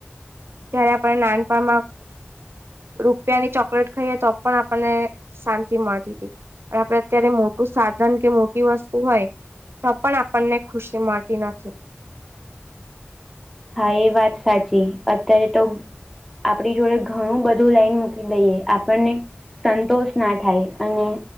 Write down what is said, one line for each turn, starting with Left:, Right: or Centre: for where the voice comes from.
Right: જયારે આપ નાનપણમાં. રૂપિયાની ચોકલેટ ખાઈએ તો પણ આપણને શાંતિ મળતી હતી. પણ આપડ અત્યારે મોટું સાધન કે મોટી વસ્તુ હોય તો પણ આપણને ખુશી મળ તી નથી.
Centre: હા એ વાત સાચી અત્યારે તો આપણી જોડે ઘણું બધું લાઈન મૂકી દઈએ આપણને સંતોષ ના થાય અને